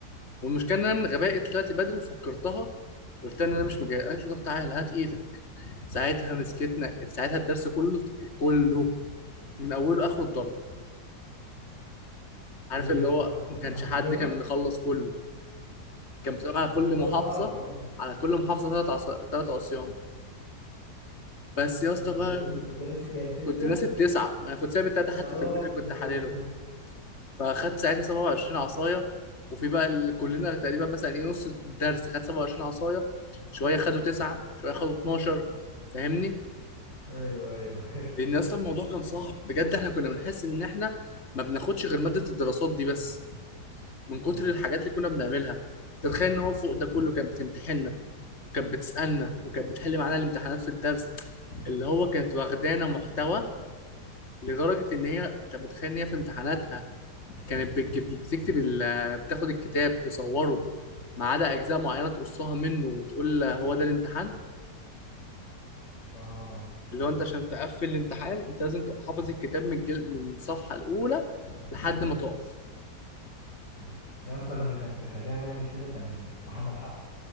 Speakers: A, on the left (about 40°); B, on the left (about 85°).
A: والمشكله ان انا من غبائي طلعت بدري وفكرتها قلت لها ان انا مش مجهز قالت لي طب تعالى هات ايدك ساعتها مسكتنا
B: <laughs>
A: ساعتها الدرس كله كله من اوله لاخره اتضرب عارف
B: ليه
A: اللي
B: ما
A: هو
B: ما حدش
A: ما كانش
B: ما حدش
A: حد
B: جابها
A: كان مخلص كله كان بتبقى
B: بس
A: على كل
B: الموضوع
A: محافظه
B: صعب اه
A: على كل محافظه ثلاث عص... ثلاث عصيان بس يا
B: فانت
A: اسطى
B: كنت
A: بقى
B: انت كنت ناسي كام ستة
A: كنت ناسي التسعه انا كنت سايب التلاته حتى
B: اه
A: في البيت
B: ما
A: اللي
B: انت
A: كنت
B: كنت
A: حالله
B: سابت تلاتة في البيت
A: فاخدت ساعتها 27 عصايه وفي بقى ال... كلنا تقريبا مثلا ايه نص الدرس خد 27 عصايه شويه خدوا تسعه شويه خدوا 12 فاهمني
B: ايوه ايوه <laughs>
A: لان اصلا الموضوع كان صعب بجد احنا كنا بنحس ان احنا ما بناخدش غير ماده الدراسات دي بس من كتر
B: اه
A: الحاجات اللي كنا بنعملها تتخيل ان هو فوق ده كله كانت بتمتحننا وكانت بتسالنا وكانت بتحل معانا الامتحانات في الدرس اللي هو كانت واخدانا محتوى لدرجه ان هي انت متخيل ان هي في امتحاناتها كانت بتجيب بتكتب ال... بتاخد الكتاب تصوره ما عدا اجزاء معينه تقصها منه وتقول هو ده الامتحان
B: اه
A: اللي
B: يا
A: هو
B: لهوي
A: انت عشان تقفل الامتحان انت لازم تبقى حافظ الكتاب من الجل... من الصفحه الاولى لحد ما تقف
B: مم. انا اصلا اللي كان بيخلينا نعمل كده كان محمد حسن